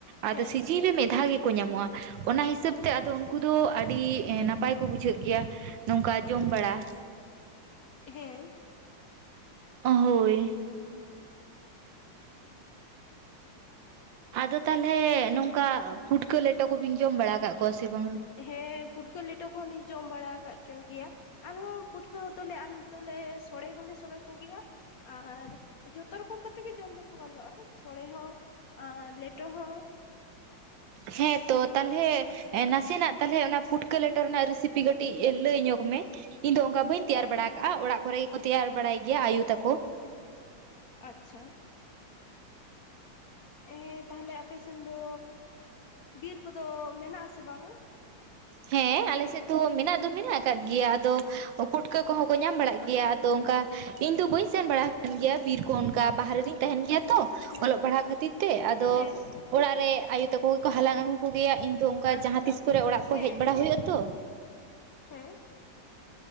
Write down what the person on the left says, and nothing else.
ᱦᱮᱸ
ᱦᱮᱸ ᱾
ᱦᱮᱸ ᱯᱩᱴᱠᱟᱹ ᱞᱮᱴᱚ ᱠᱚᱦᱚᱸ ᱞᱤᱧ ᱡᱚᱢ ᱵᱟᱲᱟ ᱟᱠᱟᱫ ᱠᱚ ᱜᱮᱭᱟ ᱾ ᱟᱨᱦᱚᱸ ᱯᱟᱹᱴᱷᱩᱟᱹ ᱫᱚᱞᱮ ᱟᱞᱮ ᱫᱚᱞᱮ ᱥᱚᱲᱮ ᱦᱚᱸᱞᱮ ᱥᱚᱲᱮ ᱠᱚ ᱜᱮᱭᱟ ᱾ ᱟᱨ ᱡᱷᱚᱛᱚ ᱨᱚᱠᱚᱢ ᱠᱟᱛᱮ ᱜᱮ ᱡᱚᱢ ᱫᱚᱠᱚ ᱜᱟᱱᱚᱜᱼᱟ ᱥᱚᱲᱮ ᱦᱚᱸ ᱟᱨ ᱞᱮᱴᱚ ᱦᱚᱸ ᱾
ᱦᱮᱸ
ᱟᱪᱪᱷᱟ ᱾ ᱦᱮᱸ ᱛᱟᱦᱚᱞᱮ ᱟᱯᱮ ᱥᱮᱱ ᱫᱚ ᱵᱤᱨ ᱠᱚᱫᱚ ᱢᱮᱱᱟᱜ ᱟᱥᱮ ᱵᱟᱝᱟ?
ᱟᱪᱪᱷᱟ
ᱦᱮᱸ
ᱦᱮᱸ
ᱦᱮᱸ
ᱟᱪᱪᱷᱟ
ᱦᱮᱸ
ᱦᱮᱸ ᱾